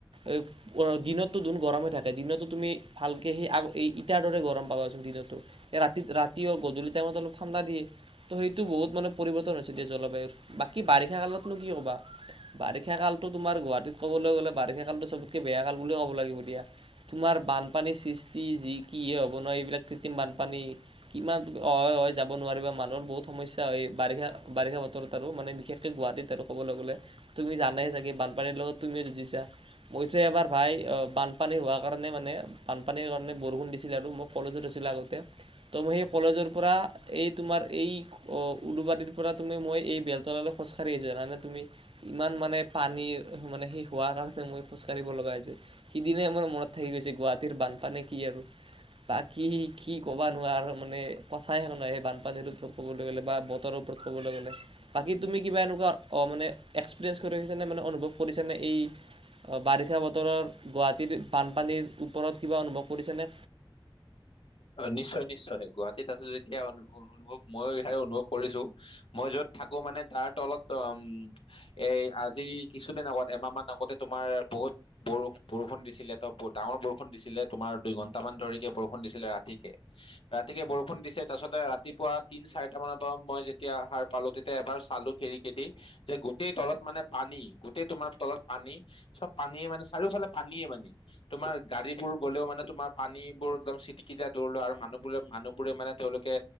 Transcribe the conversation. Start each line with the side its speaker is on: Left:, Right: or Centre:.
Right: এ দিনতো ধোন গৰমে থাকে, দিনতো তুমি ভালকে সেই, ইটাৰ দৰে গৰম পাবাচোন দিনতো, ৰাতি গধূলি টাইমত অলপ ঠাণ্ডা দিয়ে ত' সেইটো বহুত মানে পৰিৱৰ্তন হৈছেদিয়া জলবায়ুৰ। বাকী বাৰিষা কালত নো কি কবা, বাৰিষা কালটো তোমাৰ গুৱাহাটীত কবলৈ গ'লে, বাৰিষা কালটো চবতকে বেয়া কাল বুলে ক'ব লাগিব দিয়া, তোমাৰ বানপানীৰ সৃষ্টি যি কিহে হ'ব নোৱাৰি এইবিলাক কৃত্ৰিম বানপানী কিমান, হয়-হয় যাব নোৱাৰিবা, মানুহৰ বহুত সমস্যা হয়, বাৰিষা বাৰিষা বতৰত আৰু মানে বিশেষ গুৱাহাটীত আৰু কবলৈ গলে, তুমি জানাই চাগে বানপানীৰ লগত তুমিও যুজিছা, মইতো এবাৰ ভাই আহ বানপানী হোৱাৰ কাৰণে মানে, বানপানীৰ কাৰণে বৰষুণ দিছিলে আৰু মই কলেজত আছিলো আগতে তমি সেই কলেজৰ পৰা এই তোমাৰ এই উলুবাদিৰ পৰা তুমি মই এই বেলতলালৈ খোজকাঢ়ি আহিছোৱা জানানে তুমি, ইমান মানে পানীৰ মানে সেই হোৱাৰ কাৰণে মই খোজ কঢ়িব লগা হৈছে, সিদিনাই মোৰ মনত থাকি গৈছে গুৱাহাটীৰ বানপানী কি আৰু, বাকি কি ক'বা মানে কথাইে নেই বানপানীৰ ওপৰত ক'বলৈ গলে বা বতৰৰ ওপৰত ক'বলৈ গ'লে, বাকী তুমি কিবা এনেকুৱা মানে এক্সপিৰিয়েঞ্চ কৰি ৰাখিছ নে মানে অনুভৱ কৰিছ নে, এই বাৰিষা বতৰৰ গুৱাহাটীৰ বানপানীৰ ওপৰত কিবা অনুভৱ কৰিছ নে
Left: অ' নিশ্চয় নিশ্চয় গুৱাহাটীত আছো যেতিয়া অনুভৱ মই অনুভৱ কৰিছো, মই যত থাকো মানে তাৰ তলত অ, এ' আজি কিছুদিন আগত এমাহ মান আগতে তোমাৰ বহুত বৰ বৰষুণ দিছিলে, ত' ব ডাঙৰ বৰষুণ দিছিলে, তোমাৰ দুইঘন্টামান ধৰিকে বৰষুণ বৰষুণ দিছিলে ৰাতিকে ৰাতিকে বৰষুণ দিছে তাৰ পাছতে ৰাতিপুৱা তিন চাৰিটা মানৰ পৰা মই যেতিয়া সাৰ পালো তেতিয়া এবাৰ চালো খিৰকি কেদি যে গোটেই তলত মানে পানী গোটেই তোমাৰ তলত পানী চব পানীয়ে মানে চাৰিওফালে পানীয়ে মানে তোমাৰ গাড়ী বোৰ গ'লেও মানে তোমাৰ পানীবোৰ একদম চিটিকি যাই দুৱলৈ আৰু মানুহবোৰে মানুহবোৰে মানে তেওঁলোকে